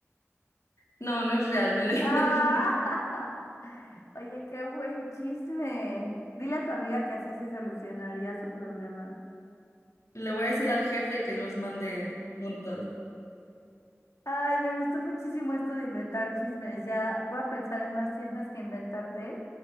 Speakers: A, on the left (about 85°); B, on the left (about 75°).
A: No, no es real, me lo <laughs>
B: Ah,
A: inventé.
B: <laughs> oye, qué buen chisme. Dile a tu amiga que así se solucionaría su problema.
A: Le voy a decir al jefe que los mande juntos.
B: Ay, me gustó muchísimo esto de inventar chismes. Ya voy a pensar en más chismes que inventarte,